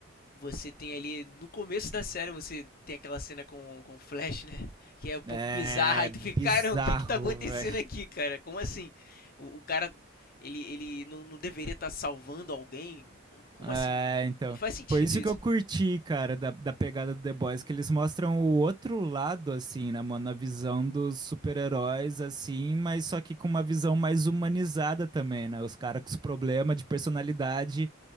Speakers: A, on the left; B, on the right.
A: Você tem ali, no começo da série, você tem aquela cena com, com o Flash, né? Que é um pouco
B: É
A: bizarra. E
B: bizarro,
A: tu fica, cara, o que que tá acontecendo
B: velho.
A: aqui, cara? Como assim? O, o cara, ele, ele não, não deveria estar salvando alguém? Como
B: É,
A: assim?
B: então.
A: Não faz sentido
B: Foi isso
A: isso.
B: que eu curti, cara, da, da pegada do The Boys, que eles mostram o outro lado, assim, né, mano? A visão dos super-heróis, assim, mas só que com uma visão mais humanizada também, né? Os caras com os problemas de personalidade